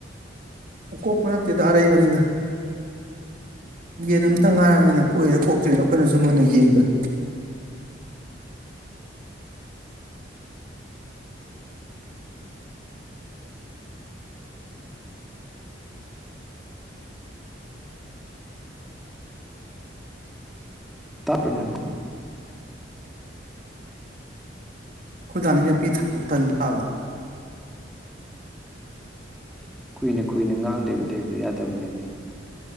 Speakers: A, on the right (about 50°); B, in the centre.
A: ꯍꯣ ꯇꯦꯗ ꯑꯔꯩꯕꯅꯤꯗ ꯌꯦꯟ ꯑꯝꯇ ꯉꯥꯏꯔꯕꯅꯤꯅ ꯀꯣꯛꯏꯔ ꯀꯣꯛꯇ꯭ꯔꯤꯗ ꯑꯩꯈꯣꯏꯅꯁꯨ ꯃꯨꯟꯅ ꯌꯦꯡꯗ꯭ꯔꯦ
B: ꯇꯠ ꯅꯣ
A: ꯑꯩꯣꯏꯗꯥꯥꯅ ꯇꯥꯕ
B: ꯀꯨꯏꯅ ꯀꯨꯏꯅ ꯉꯥꯡꯗꯕ ꯂꯩꯕꯗꯨ ꯌꯥꯗꯕ ꯅꯃꯤ